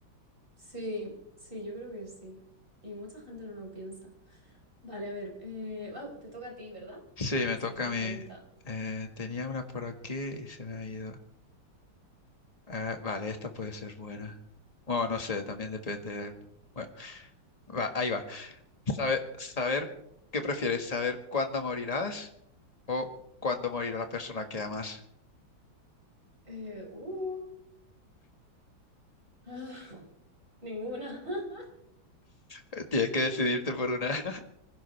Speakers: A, on the right; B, on the left.
A: Sí, sí, yo creo que sí. Y mucha gente no lo piensa. Vale, a ver, eh, wow, te toca a ti, ¿verdad?
B: Sí,
A: La
B: me
A: siguiente
B: toca a mí.
A: pregunta.
B: Eh, tenía una por aquí y se me ha ido. Ah, vale, esta puede ser buena. Bueno, no sé, también depende. Bueno, va, ahí va. Sabe- saber qué prefieres, saber cuándo morirás o cuándo morirá la persona que amas.
A: Eh, uh, ah, ninguna. <laughs>
B: Eh, Tienes que decidirte por una. <laughs>